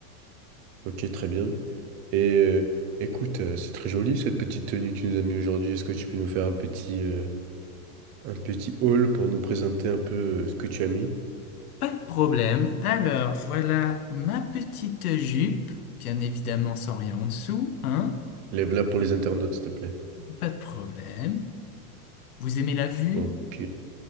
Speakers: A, on the right; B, on the left.
A: Ok, très bien. Et euh, écoute, euh, c'est très joli cette petite tenue que tu nous as mis aujourd'hui. Est-ce que tu peux nous faire un petit, euh, un petit haul pour nous présenter un peu euh, ce que tu as mis?
B: Pas de problème. Alors, voilà ma petite jupe, bien évidemment sans rien en dessous, hein.
A: Lève-la pour les internautes, s'il te plaît.
B: Pas de problème. Vous aimez la vue?
A: Ok,